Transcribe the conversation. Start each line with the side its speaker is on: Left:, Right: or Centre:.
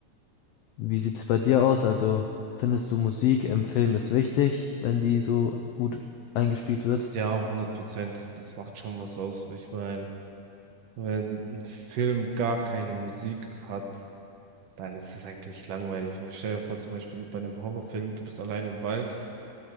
Left: Wie sieht es bei dir aus? Also findest du Musik im Film ist wichtig, wenn die so gut eingespielt wird?
Right: Ja, 100 Prozent. Das macht schon was aus. Ich meine. Wenn ein Film gar keine Musik hat, dann ist es eigentlich langweilig. Weil stell dir vor, zum Beispiel bei einem Horrorfilm, du bist allein im Wald